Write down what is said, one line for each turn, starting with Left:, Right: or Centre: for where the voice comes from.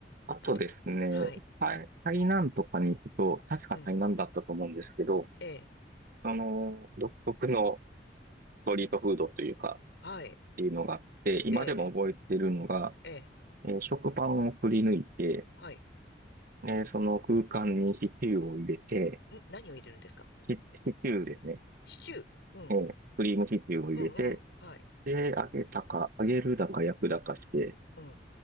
Right: あとですね、
Left: あと、はい、
Right: 台、台南とかに行くと、確か台南だったと思うんですけど、
Left: うん、ええ、
Right: あの、独特のストリートフードというか、
Left: はい、
Right: っていうのがあって、今でも覚えてるのが、
Left: ええ、ええ、
Right: えー食パンをくり抜いて、
Left: はい。
Right: ね、その空間にシチューを入れて、
Left: ん、何を入れるんですか
Right: シ、シチューですね。
Left: シチュー。うん。
Right: えークリームシチューを入れて、
Left: うん、うん。はい。
Right: で、揚げたか、揚げるだか焼くだかして、
Left: うん。